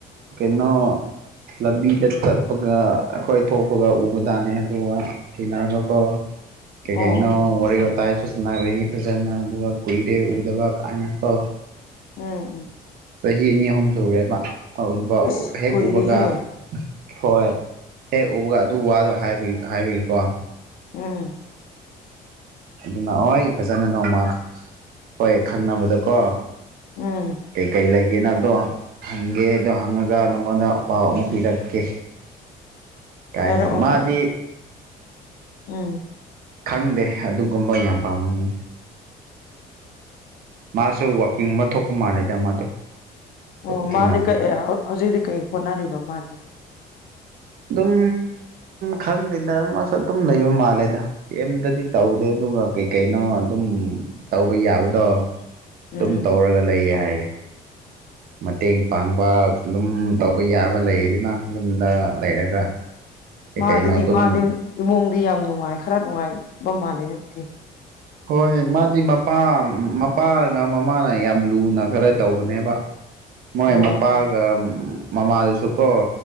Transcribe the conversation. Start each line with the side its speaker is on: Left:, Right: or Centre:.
Right: ꯀꯩꯅꯣ ꯂꯝꯕꯤꯗ ꯆꯠꯄꯒ ꯑꯩꯈꯣꯏ ꯊꯣꯛꯄꯒ ꯎꯕꯖꯥꯠꯅꯦ ꯑꯗꯨꯒ ꯊꯤ ꯃꯔꯒꯣꯀꯣ ꯀꯩ
Left: ꯑꯣ
Right: ꯀꯩꯅꯣ
Left: ꯑꯣ
Right: ꯋꯥꯔꯤ ꯋꯥꯇꯥꯏꯁꯨ ꯁꯥꯟꯅꯔꯛꯏ ꯐꯖꯅ ꯑꯗꯨꯒ ꯀꯨꯏꯔꯦ ꯎꯗꯕ ꯀꯥꯏꯅꯀꯣ
Left: ꯎꯝ ꯎꯝ
Right: ꯆꯍꯤ ꯑꯅꯤ ꯑꯍꯨꯝ ꯁ ꯎꯔꯦꯕ ꯍ ꯑꯗꯨ
Left: ꯏꯁ
Right: ꯍꯦꯛ
Left: ꯀꯨꯏꯔꯦꯍꯦ
Right: ꯎꯕꯒ ꯍꯣꯏ ꯍꯦꯛ ꯎꯕꯒ ꯑꯗꯨ ꯋꯥꯗꯣ ꯍꯥꯏꯕ ꯍꯥꯏꯕꯒꯤꯀꯣ
Left: ꯎꯝ
Right: ꯑꯗꯨꯅ ꯍꯣꯏ ꯐꯖꯅ ꯅꯣꯡꯃ ꯍꯣꯏ ꯈꯪꯅꯕꯗꯀꯣ
Left: ꯎꯝ
Right: ꯀꯩꯀꯩ ꯂꯩꯒꯦꯅ ꯑꯗꯣ ꯍꯪꯒꯦ ꯑꯗꯣ ꯍꯪꯉꯒ ꯅꯪꯉꯣꯟꯗ ꯑꯄꯥꯎ ꯑꯃꯨꯛ ꯄꯤꯔꯛꯀꯦ ꯀꯥꯏꯅ
Left: ꯍꯔꯛꯑꯣ
Right: ꯃꯥꯗꯤ
Left: ꯎꯝ ꯎꯝ
Right: ꯈꯪꯗꯦ ꯑꯗꯨꯒꯨꯝꯕ ꯌꯥꯝ ꯄꯥꯝꯃꯝꯃꯤ ꯃꯥꯁꯨ ꯋꯥꯛꯀꯤꯡ ꯑꯃ ꯊꯣꯛꯄ ꯃꯥꯜꯂꯦꯗ ꯃꯥꯗꯣ ꯍꯣꯏ
Left: ꯑꯣ
Right: ꯊꯦꯡꯅꯕꯗꯣ
Left: ꯃꯥꯗꯤ ꯀꯩ ꯍꯧꯖꯤꯛꯇꯤ ꯀꯩ ꯍꯣꯠꯅꯔꯤꯕ ꯃꯥꯗꯤ
Right: ꯑꯗꯨꯝ ꯈꯪꯗꯦꯗꯝ ꯑꯁ ꯑꯗꯨꯝ ꯂꯩꯕ ꯃꯥꯜꯂꯦꯗ ꯀꯩꯝꯇꯗꯤ ꯇꯧꯗꯦ ꯑꯗꯨꯒ ꯀꯩꯀꯩꯅꯣ ꯑꯗꯨꯝ ꯇꯧꯕ ꯌꯥꯕꯗꯣ
Left: ꯎꯝ
Right: ꯑꯗꯨꯝ ꯇꯧꯔꯒ ꯂꯩꯌꯦ ꯍꯥꯏꯌꯦꯦ ꯃꯇꯦꯡ ꯄꯥꯡꯕ ꯑꯗꯨꯝ ꯇꯧꯕ ꯌꯥꯕ ꯂꯩꯗꯅ ꯌꯨꯝꯗ ꯂꯩꯔꯒ ꯀꯩ
Left: ꯃꯥ
Right: ꯀꯩꯅꯣ
Left: ꯑꯗꯨꯗꯤ
Right: ꯑꯗꯨꯝ
Left: ꯃꯥꯗꯤ ꯏꯃꯨꯡꯗꯤ ꯌꯥꯝ ꯅꯨꯡꯉꯥꯏ ꯈꯔ ꯅꯨꯡꯉꯥꯏꯕ ꯃꯥꯜꯂꯦꯅꯦ ꯑꯗꯨꯗꯤ
Right: ꯍꯣꯏ ꯃꯥꯗꯤ ꯃꯄꯥ ꯃꯄꯥꯒ ꯃꯃꯥꯅ ꯌꯥꯝ ꯂꯨꯅ ꯈꯔ ꯇꯧꯕꯅꯦꯕ
Left: <inaudible>
Right: ꯃꯣꯏ
Left: ꯑꯣ
Right: ꯃꯄꯥꯒ ꯃꯃꯥꯗꯨꯁꯨ ꯀꯣ